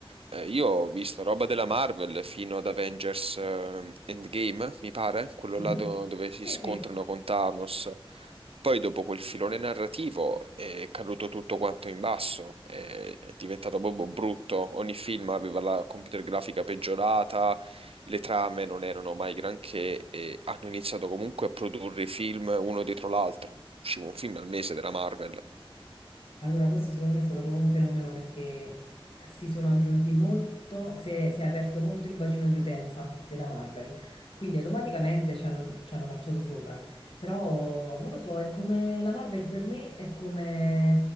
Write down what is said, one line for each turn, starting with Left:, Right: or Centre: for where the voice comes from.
Right: Eh, io ho visto roba della Marvel fino ad Avengers eh, Endgame, mi pare, quello
Left: Mhm.
Right: là do- dove si
Left: Sì,
Right: scontrano
Left: sì,
Right: con Thanos. Poi dopo quel filone narrativo è caduto tutto quanto in basso, è, è diventato proprio brutto. Ogni film aveva la computer grafica peggiorata, le trame non erano mai granché e hanno iniziato comunque a produrre i film uno dietro l'altro. Usciva un film al mese della Marvel.
Left: Allora, questo secondo me è stato proprio un fenomeno perché si sono aggiunti molto, si è, si è aperto molto il bacino di utenza della Marvel, quindi automaticamente ci hanno, ci hanno marciato sopra. Però non lo so, è come la Marvel per me è come